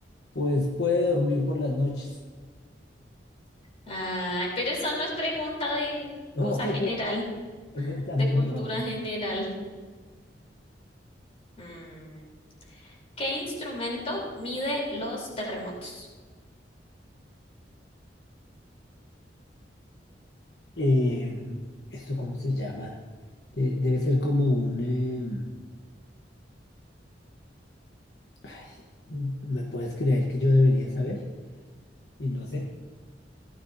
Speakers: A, on the left; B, on the left.
A: pues puede dormir por las noches. <laughs>
B: Ay, pero eso no es pregunta de
A: No,
B: cosa
A: eso,
B: general,
A: eso está
B: de
A: muy
B: cultura
A: raro.
B: general. Mm. ¿Qué instrumento mide los terremotos?
A: Eh, ¿esto cómo se llama? De- debe ser como un... eh, Ay, ¿me puedes creer que yo debería saber? Y no sé.